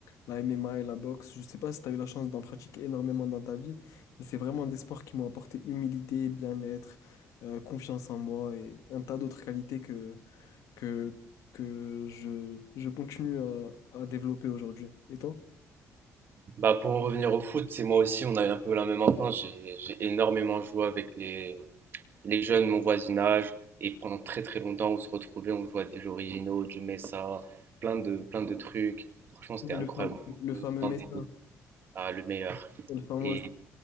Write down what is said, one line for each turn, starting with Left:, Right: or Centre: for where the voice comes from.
Left: la MMA et la boxe. Je sais pas si tu as eu la chance d'en pratiquer énormément dans ta vie, mais c'est vraiment des sports qui m'ont apporté humilité, bien-être, euh, confiance en moi et un tas d'autres qualités que, que, que je, je continue à, à développer aujourd'hui. Et toi?
Right: Bah pour en revenir au foot, c'est moi aussi, on a eu un peu la même enfance. J'ai j'ai énormément joué avec les, les jeunes, mon voisinage, et pendant très très longtemps, on se retrouvait, on jouait à des jeux originaux, du Messa, plein de, plein de trucs. Franchement, c'était
Left: Ouais,
Right: incroyable.
Left: Le fameux, le
Right: On
Left: fameux
Right: se sentait,
Left: médecin,
Right: ah, le meilleur.
Left: le fameux.
Right: Et